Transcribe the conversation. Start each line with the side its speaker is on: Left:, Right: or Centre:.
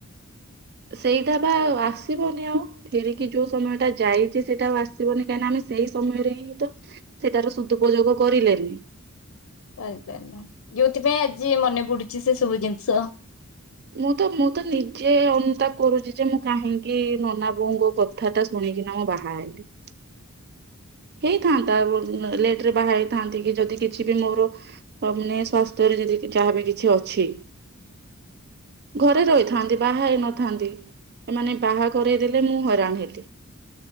Right: ସେଇଟା ବା ଆଉ ଆସିବନି ଆଉ ଫେରିକି ଯୋଉ ସମୟଟା ଯାଇଛି ସେଇଟା ଆଉ ଆସିବନି କାହିଁକିନା ଆମେ ସେଇ ସମୟରେ ହିଁ ତ ସେଟାର ସୁଦୁପଯୋଗ କରିଲେନି।
Left: କରିପାରିଲୁନ ଯଉଥିପାଇଁ ଆଜି ମନେ ପଡୁଛି ସେ ସବୁ ଜିନିଷ।
Right: ମୁଁ ତ ମୁଁ ତ ନିଜେ ଅନୁତାପ କରୁଛି ଯେ ମୁଁ କାହିଁକି ନନା ବୋଉଙ୍କ କଥା ଟା ଶୁଣିକିନା ମୁଁ ବାହା ହେଲି। ହେଇଥାନ୍ତା ଲେଟ ରେ ବାହା ହେଇଥାନ୍ତି କି ଯଦି କିଛି ବି ମୋର ମାନେ ସ୍ୱାସ୍ଥ୍ୟରେ ଯଦି ଯାହାବି କିଛି ଅଛି ଘରେ ରହିଥାନ୍ତି ବାହା ହେଇନଥାନ୍ତି ଏମାନେ ବାହା କରେଇ ଦେଲେ ମୁଁ ହଇରାଣ ହେଲି।